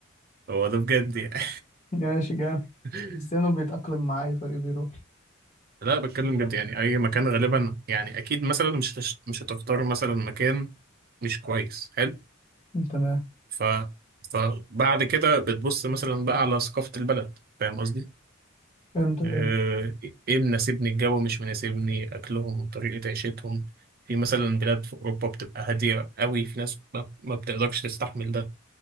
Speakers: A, on the right (about 45°); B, on the left (about 30°).
A: هو ده بجد يعني
B: ماشي جامد
A: <laughs>
B: كريستيانو بيتأقلم مع أي فريق بيروح
A: لا بتكلم جد يعني اي مكان غالبا يعني اكيد مثلا مش هتش- مش هتختار مثلا مكان مش كويس حلو
B: تمام
A: ف فبعد كده بتبص مثلا بقى على ثقافة البلد فاهم قصدي
B: فهمتك
A: آه،
B: أيوة
A: ايه مناسبني الجو مش مناسبني اكلهم طريقة عيشتهم في مثلا بلاد في اوروبا بتبقى هادية قوي في ناس ما ما بتقدرش تستحمل ده